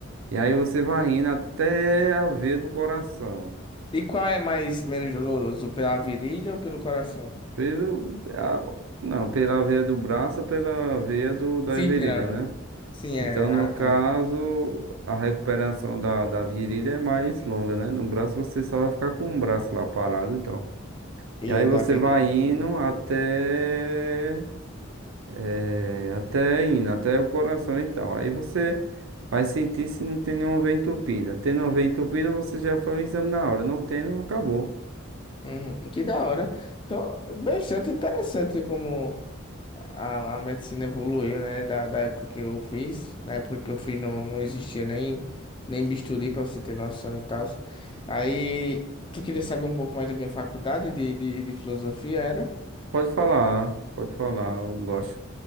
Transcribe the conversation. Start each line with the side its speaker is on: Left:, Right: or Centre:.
Right: E aí você vai indo até a veia do coração.
Left: E qual é mais menos doloroso, pela virilha ou pelo coração?
Right: Pelo, a- não, pela veia do braço ou pela veia do, da
Left: Sim,
Right: virilha,
Left: pela.
Right: né?
Left: Sim, é.
Right: Então, no
Left: Ah, tá.
Right: caso, a recuperação da, da virilha é mais longa, né? No braço você só vai ficar com o braço lá parado e tal. E
Left: E
Right: aí
Left: é da
Right: você
Left: virilha.
Right: vai indo
Left: Uhum,
Right: até.
Left: tô entendendo.
Right: eh, até indo, até o coração e tal. Aí você vai sentir se não tem nenhuma veia entupida. Tendo uma veia entupida, você já faz o exame na hora. Não tendo, acabou.
Left: Uhum, Que da hora. Então, bastante interessante como. A, a medicina evoluiu, né? Da, da época que eu fiz. Na época que eu fiz não, não existia nem, nem bisturi, pra você ter noção e tal. Aí, tu queria saber um pouco mais da minha faculdade de, de, de filosofia, era?
Right: Pode falar, pode falar, eu gosto.